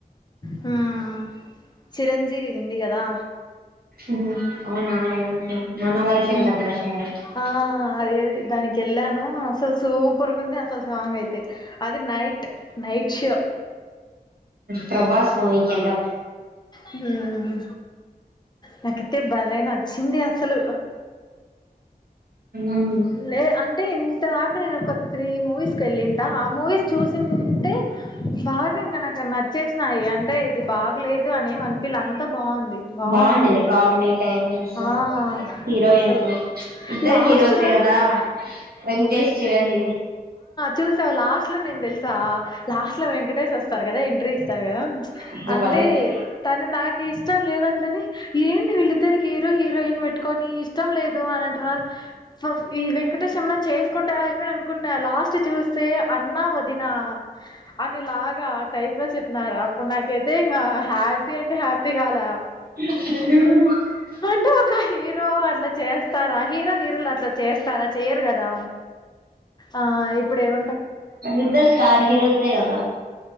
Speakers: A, on the left (about 25°); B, on the right (about 75°).
A: హుమ్ చిరంజీవి ఉంది కదా
B: ఉహు, అవునా ఓకే మనవర
A: హుమ్
B: శంకర ప్రసాద్
A: ఆ అది అది దానికెళ్ళాను అసలు సూపర్ గుంది అసలు సాంగ్ అయితే అది నైట్ నైట్ షో
B: ప్రభాస్ మూవీకి వెళ్ళాం
A: హుమ్ నాకైతే భలే నచ్చింది అసలు
B: ఉమ్
A: లే అంటే ఇంత దాకా నేను ఒక త్రీ మూవీస్కి ఎళ్ళింటా ఆ మూవీస్ చూసింటే బాగా ఇంక ఆడ నచ్చేసినాయి. అంటే ఇది బాగలేదు అనే అనిపిల అంత బాగుంది. బాగుంది
B: బాగుందిలే కామెడీ టైమింగ్స్
A: ఆ
B: హీరో
A: అసలు
B: ఎంట్రీ ఇద్దరు
A: లాస్ట్
B: హీరోస్ తే
A: లో
B: కదా వెంకటేష్ చిరంజీవి
A: చూసావా లాస్ట్ లో నేను తెలుసా లాస్ట్ లో వెంకటేష్ వస్తారు కదా. ఎంట్రీ ఇస్తారు కదా ప్చ్
B: అబ్బో
A: అంటే
B: భలే ఉంటది
A: తను నా నాకు ఇష్టం లేదంటేని ఏంటి వీళ్ళిద్దరు హీరో హీరోయిన్ పెట్టుకొని ఇష్టం లేదు అని అంటారు. ఈ వెంకటేశమలా చేసుకుంటాడా ఏమని అనుకున్నా లాస్ట్ చూస్తే అన్నా వదిన అనిలాగా టైప్ లో చెప్పినారా అప్పుడు నాకైతే ఇంకా హ్యాపీ అంటే హ్యాపీ కాలా
B: <unintelligible>
A: అంటే ఒక హీరో అట్లా చేస్తారా హీరో హీరోలు ఇట్లా చేస్తారా చేయరు కదా ఆ ఇప్పుడు ఏమ
B: అళిద్దరు స్టార్ హీరోసే గద